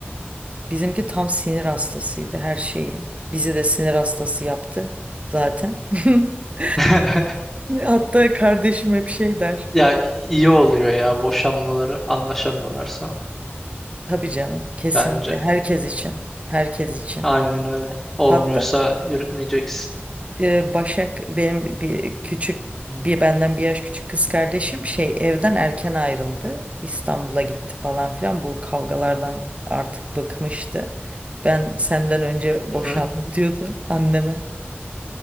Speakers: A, on the right; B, in the centre.
A: Bizimki tam sinir hastasıydı her şeyi. Bizi de sinir hastası yaptı zaten. <laughs>
B: <laughs>
A: Hatta kardeşim hep şey der.
B: Ya iyi oluyor ya boşanmaları anlaşamıyorlarsa
A: Tabii canım, kesinlikle
B: bence.
A: herkes için, herkes için.
B: Aynen öyle. Olmuyorsa
A: Hatta
B: yürütmeyeceksin.
A: e, Başak benim bir küçük bir benden bir yaş küçük kız kardeşim şey evden erken ayrıldı. İstanbul'a gitti falan filan. Bu kavgalardan artık bıkmıştı. Ben senden önce boşandım
B: Hı hı.
A: <laughs> diyordu anneme.